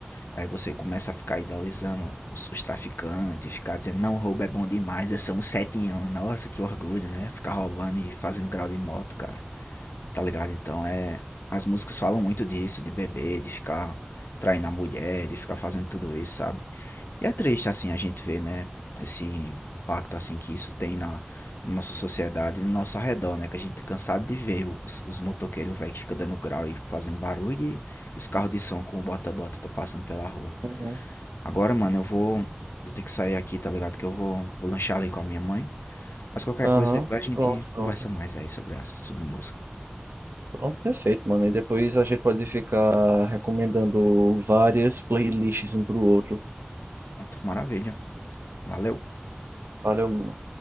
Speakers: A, on the left; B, on the right.
A: aí você começa a ficar idolizando os, os traficantes, ficar dizendo, não, roubo é bom demais, eu sou um setinhão, nossa, que orgulho, né? Ficar roubando e fazendo grau de moto, cara. tá ligado? Então é. As músicas falam muito disso, de beber, de ficar traindo a mulher, de ficar fazendo tudo isso, sabe? E é triste, assim, a gente ver, né? Esse impacto, assim, que isso tem na, na nossa sociedade e no nosso arredor, né? Que a gente é cansado de ver os, os motoqueiros, velho, que ficam dando grau e fazendo barulho e os carros de som com o bota-bota tô passando pela rua.
B: Uhum.
A: Agora, mano, eu vou, vou ter que sair aqui, tá ligado? Que eu vou, vou lanchar ali com a minha mãe. Mas qualquer
B: Aham.
A: coisa, depois a gente
B: Pronto, pronto.
A: conversa mais aí sobre, as, sobre música.
B: Pronto, perfeito, mano. E depois a gente pode ficar recomendando várias playlists um pro outro.
A: Pronto, maravilha. Valeu!
B: Valeu, mano.